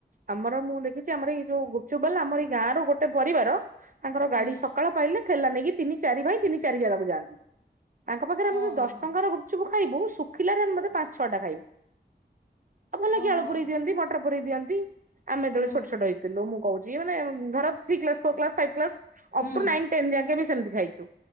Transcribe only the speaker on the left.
ହୁଁ
ହଁ
ହଁ
ହଁ।
ଓହୋ
ହୁଁ
ହୁଁ